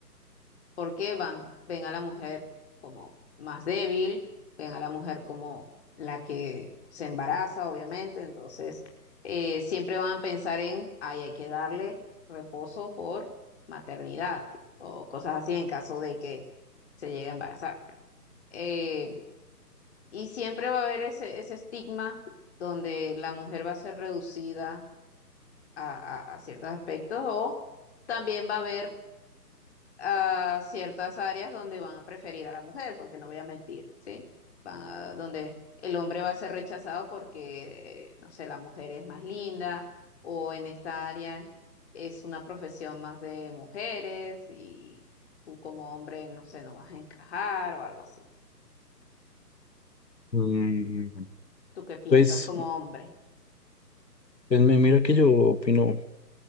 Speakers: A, on the left; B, on the left.
A: porque van, ven a la mujer como más débil, ven a la mujer como la que se embaraza, obviamente. Entonces, eh, siempre van a pensar en, ay, hay que darle reposo por maternidad o cosas así en caso de que se llegue a embarazar. Eh, y siempre va a haber ese, ese estigma donde la mujer va a ser reducida a, a- a ciertos aspectos o también va a haber ah, ciertas áreas donde van a preferir a la mujer, porque no voy a mentir, ¿sí? Van a- donde el hombre va a ser rechazado porque, eh, no sé, la mujer es más linda o en esta área es es una profesión más de mujeres y tú como hombre, no sé, no vas a encajar o algo así.
B: Mm,
A: ¿Tú qué piensas
B: pues,
A: como hombre?
B: pues me mira que yo opino